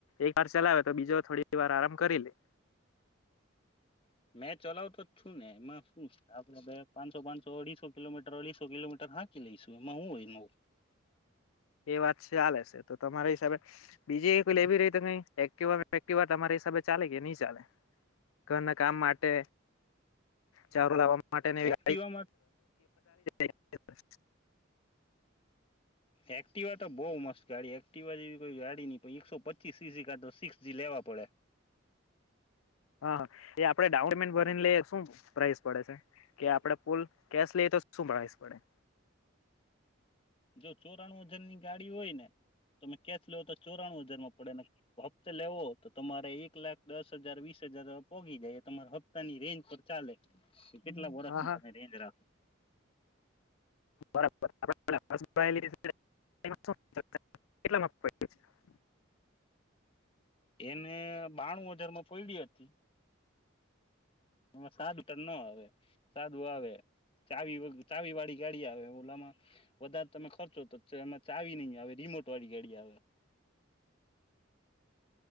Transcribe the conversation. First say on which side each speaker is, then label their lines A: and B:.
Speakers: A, on the left; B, on the left.
A: એક વાર ચલાવે તો બીજો થોડી વાર આરામ કરી લે
B: <unintelligible> મેં ચલાવતો જ છું ને એમાં શું આપડે પાંચસો પાંચસો અઢીસો કિલોમીટર અઢીસો કિલોમીટર ભાકી લઈશું. એમાં હું હોયનું?
A: એ વાત છે ચલે છે. તો તમારા હિસાબે, બીજી કોઈ લેવી રહી તો કઈ એક્ટવાવા તમારા હિસાબે ચાલે કે નહી ચાલે? ઘરના કામ માટે ચારો લાવવામાં.
B: એક્ટિવામાં
A: <inaudible>
B: એક્ટિવા તો બહુ મસ્ત ગાડી. એક્ટિવા જેવી કોઈ ગાડી નહી. પણ એકસો પચીસ સીસી કા તો સિક્સ જી લેવા. પડે.
A: હા હા! એ આપડે ડાઉન પેમેન્ટ ભરીને લઈ શું પ્રાઈસ પડે છે? કે આપડે પલ કેશ લ. તો શું પ્રાઈઝ પડે?
B: જો ચોરાણું વજનની ગાડી હોય ને. તમે કેશ લેવો તો ચોરાણું હજારમાં પડે ને. હપ્તે લેવો તો, તમારે એક લાખ દસ હજાર વીસ. પોગી જાય. તમા હપ્તા ની રેન્જ પર ચાલે કે કેટલા વરષની
A: હા હા
B: તમે રેન્જ રાખો.
A: <inaudible>
B: એને બાણું હજાર માં પડડી હતી. એ સાદું ટ ન આવે. સાદું આવે. ચાવ ચાવી વાળી ગાડી આવે ઓલામાં. વધારે તમે ખર્ચો તો એમાં ચાવી નહી આવે. રિમોટ વાળી ગાડી આવે.